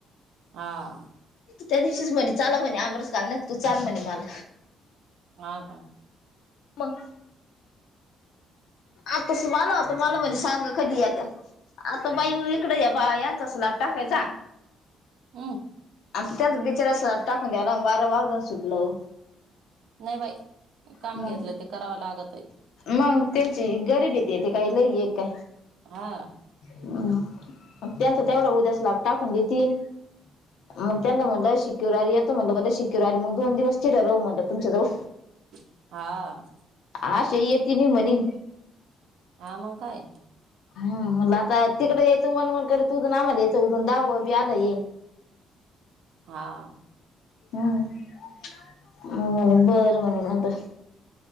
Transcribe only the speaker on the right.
आं
हा का?
हम
नाय बाई काम
घेतल ते करावं लागत आहे
हा
<inaudible> हा आ
हा मंग काय?
हा आ